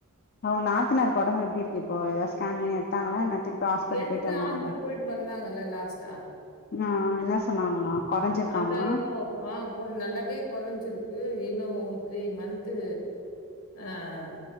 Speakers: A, on the left; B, on the left.
A: உங்க நாத்தனாருக்கு ஒடம்பு எப்பிடி இருக்கு இப்போ ஏதாவது ஸ்கேன்னு எடுத்தாங்களா என்ன திருப்பி ஹாஸ்பிட்டல்
B: எடுத்துட்டு
A: போயிட்டு வந்தாங்களா
B: ஹாஸ்பிட்டல் போயிட்டு வந்தாங்கல்ல லாஸ்டா
A: ஆ என்ன சொன்னாங்களா கொறஞ்சிருக்காமா
B: அதான் இன்னும் ஆங் நல்லாவே கொறைஞ்சிருக்கு இருக்கு இன்னும் த்ரீ மந்த்து ஆங்